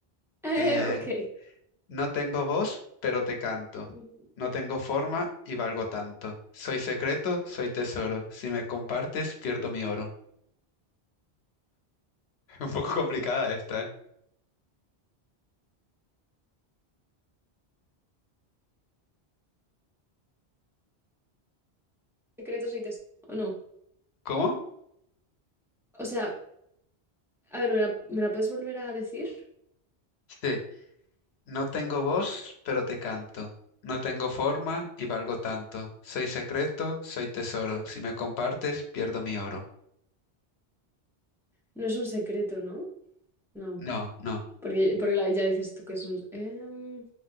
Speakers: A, in the centre; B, on the left (about 75°).
A: Eh,
B: Eh,
A: ok.
B: no tengo voz, pero te canto.
A: Mm,
B: No tengo forma y valgo tanto. Soy secreto, soy tesoro. Si me compartes, pierdo mi oro. <laughs> Un poco complicada esta, ¿eh?
A: Secretos y tesoros. ¿O no?
B: ¿Cómo?
A: O sea, a ver, ¿me la, me la puedes volver a decir?
B: Sí. No tengo voz, pero te canto. No tengo forma y valgo tanto. Soy secreto, soy tesoro. Si me compartes, pierdo mi oro.
A: No es un secreto, ¿no? No.
B: No, no.
A: Porque, porque la- ya dices tú que es un... em,